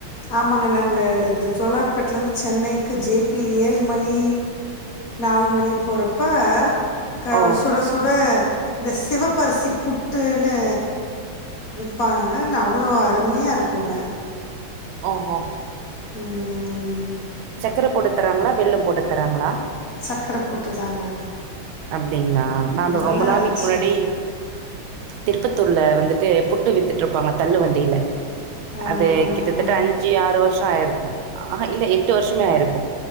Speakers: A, on the left; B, on the right.
A: ஆமாங்க நாங்க இது ஜோலார் இப்பத்லருந்து சென்னைக்கு ஜேபி ஏழு மணி நாலு மணி போறப்ப க
B: ஓ
A: சுட சுட இந்த சிவப்பரிசி புட்டுன்னு விப்பாங்க ந அவ்வளோ அருமையா இருக்குங்க
B: ஓஹோ
A: ம்
B: சக்கர போட்டு தராங்களா வெள்ளம் போட்டு தராங்களா
A: சக்கரை போட்டு தாங்க
B: அப்படிங்ளா நானு
A: நல்லா
B: ரொம்ப நாளைக்கு
A: இருந்துச்சுங்க
B: முன்னாடி திருப்பத்தூர்ல வந்துட்டு புட்டு வித்துட்டு இருப்பாங்க தள்ளு வண்டியில
A: ஆ
B: அது
A: ஆ
B: கிட்டத்தட்ட
A: ஆ
B: அஞ்சு ஆறு வருஷ ஆயிருக்கு ஆஹா இல்ல எ ட்டு வருஷமே ஆயிருக்கு